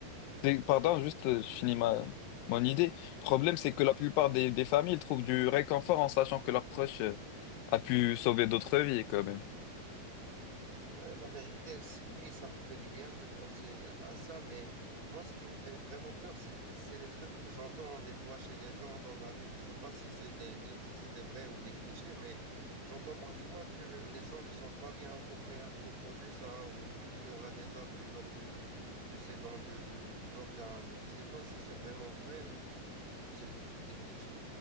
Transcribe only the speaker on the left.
c'est- Pardon, juste, euh, je finis ma, mon idée. Le problème, c'est que la plupart des, des familles trouvent du réconfort en sachant que leur proche euh, a pu sauver d'autres vies quand même.